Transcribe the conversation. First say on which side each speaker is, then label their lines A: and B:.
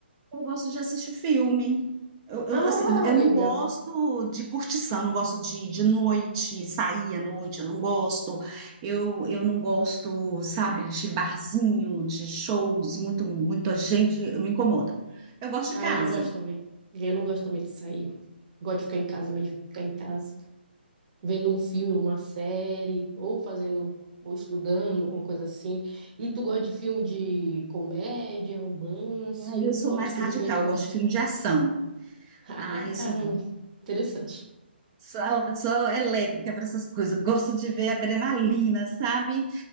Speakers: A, on the right (about 25°); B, on the right (about 45°).
A: Eu gosto de assistir filme. Eu, eu,
B: <laughs>
A: assim, eu
B: Ah,
A: não
B: legal.
A: gosto de curtição, eu não gosto de, de noite, sair à noite, eu não gosto. Eu, eu não gosto, sabe, de barzinho, de shows, muito, muita gente, eu me incomoda. Eu gosto
B: Ah,
A: de casa.
B: eu não gosto também. Eu não gosto também de sair. Gosto de ficar em casa mesmo, ficar em casa. vendo um filme, uma série, ou fazendo, ou estudando, alguma coisa assim. E tu gosta de filme de comédia, romance?
A: Aí eu sou
B: Qual
A: mais
B: tipo
A: radical,
B: de filme tu
A: eu
B: gosta?
A: gosto de filme
B: <laughs>
A: de ação.
B: Ah,
A: Ah, eu
B: caramba,
A: sou,
B: interessante.
A: sou, sou elétrica para essas coisas. Eu Gosto de ver adrenalina, sabe?